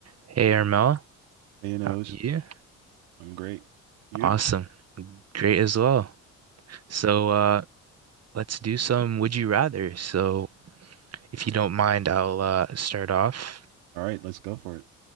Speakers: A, on the right (about 40°); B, on the right (about 80°).
A: Hey Armel,
B: Hey, Anoj.
A: how are you?
B: I'm great. You?
A: Awesome. Great as well. So uh let's do some would you rather. So if you don't mind, I'll uh start off.
B: All right, let's go for it.